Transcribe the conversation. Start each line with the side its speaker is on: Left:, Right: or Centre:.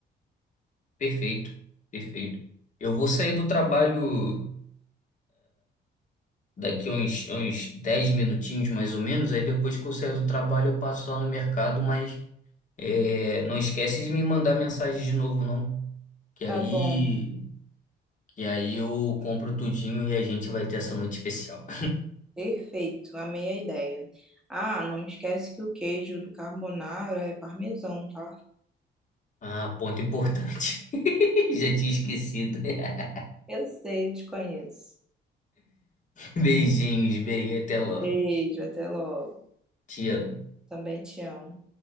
Left: <laughs> Perfeito, perfeito. Eu vou sair do trabalho daqui uns, uns 10 minutinhos mais ou menos, aí depois que eu sair do trabalho eu passo lá no mercado, mas é, não esquece de me mandar mensagem de novo, não. Que
Centre: Tá
Left: aí,
Centre: bom,
Left: que aí eu compro tudinho e a gente vai ter essa noite especial.
Centre: perfeito, amei a ideia. Ah, não esquece que o queijo do carbonara é parmesão, tá?
Left: Ah, ponto importante. <laughs> Já tinha esquecido. <laughs>
Centre: Eu sei, te conheço.
Left: Beijinhos, bem, até logo.
Centre: Beijo, até logo.
Left: Te amo.
Centre: Também te amo.